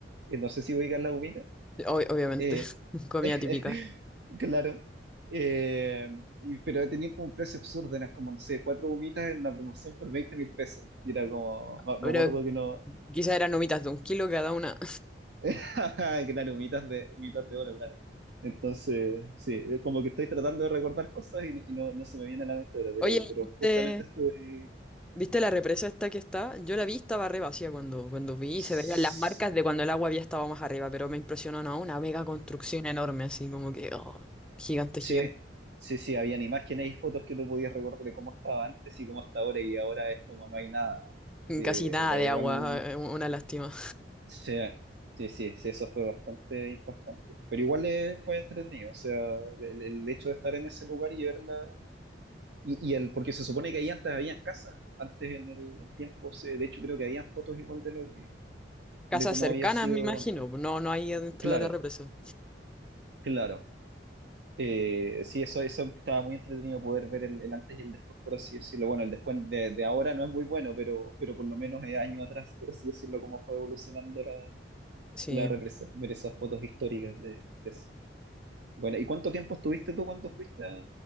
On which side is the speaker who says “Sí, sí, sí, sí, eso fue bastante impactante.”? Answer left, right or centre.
Right